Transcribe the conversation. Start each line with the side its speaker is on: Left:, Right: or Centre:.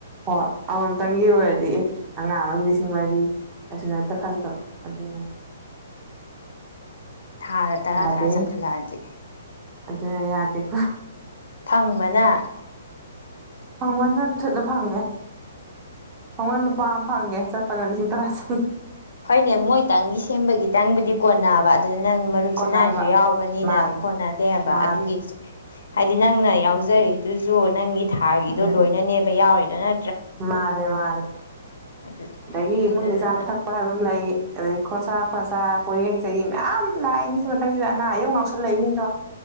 Right: ꯍꯣꯏ ꯑꯃꯃꯝꯇꯪꯒꯤ ꯑꯣꯏꯔꯗꯤ ꯑꯦ ꯑꯉꯥꯡ ꯑꯃꯒꯤ ꯂꯤꯁꯤꯡ ꯃꯔꯤ <unintelligible> ꯈꯟꯗꯕ ꯑꯗꯨ ꯅꯇꯦ
Left: ꯊꯥꯗ ꯇꯔꯥ
Right: ꯌꯥꯗꯦꯍꯦ
Left: ꯇꯔꯥ ꯆꯠꯈꯠꯂꯛꯑꯗꯤ
Right: ꯑꯗꯨꯅ ꯌꯥꯗꯦꯀꯣ
Left: ꯊꯪꯕꯅ
Right: ꯐꯪꯕꯅ ꯊꯨꯠꯅ ꯐꯪꯉꯦ ꯐꯪꯕꯅ ꯂꯨꯄꯥ ꯑꯃ ꯐꯪꯉꯦ ꯆꯠꯄꯅ ꯂꯤꯁꯤꯡ ꯇꯔꯥ ꯆꯪꯉꯦ
Left: ꯍꯣꯏꯅꯦ ꯃꯣꯏ ꯇꯪꯒꯤ ꯁꯦꯝꯕꯒꯤ ꯇꯪꯕꯨꯗꯤ ꯀꯣꯟꯅꯕ ꯑꯗꯨꯗ ꯅꯪ ꯃꯔꯨꯞꯁꯤꯅꯥꯏꯖꯨ
Right: ꯀꯣꯟꯅꯕ
Left: ꯌꯥꯎꯕꯅꯤꯅ
Right: ꯃꯥꯅꯤ
Left: ꯀꯣꯟꯅꯗꯦꯕ
Right: ꯃꯥꯅꯤ
Left: ꯑꯗꯨꯒꯤ ꯍꯥꯏꯗꯤ ꯅꯪꯅ ꯌꯥꯎꯖꯔꯤꯗꯨꯖꯨ ꯅꯪꯒꯤ ꯊꯥꯒꯤꯗꯣ
Right: ꯎꯝ
Left: ꯂꯣꯏꯅꯅꯦꯕ ꯌꯥꯎꯔꯤꯗꯨꯅ
Right: ꯃꯥꯅꯦ ꯃꯥꯅꯦ
Left: ꯑꯗꯨ
Right: ꯑꯗꯒꯤ
Left: ꯑꯗꯨꯗꯨꯅ
Right: ꯏꯃꯨꯡꯒꯤ ꯆꯥꯕ ꯊꯛ ꯄ ꯍꯥꯏꯕ ꯑꯃ ꯂꯩ ꯑꯗꯩꯩ ꯈꯣꯔꯁꯥ ꯄꯔꯁꯥ ꯄꯣꯌꯦꯡ ꯆꯌꯦꯡ ꯃꯌꯥꯝ ꯂꯥꯛꯏꯅꯤ ꯁꯤ ꯃꯊꯛꯁꯤꯗ ꯑꯅꯥ ꯑꯌꯦꯛ ꯃꯨꯛ ꯌꯥꯎ ꯂꯩꯅꯤꯗꯣ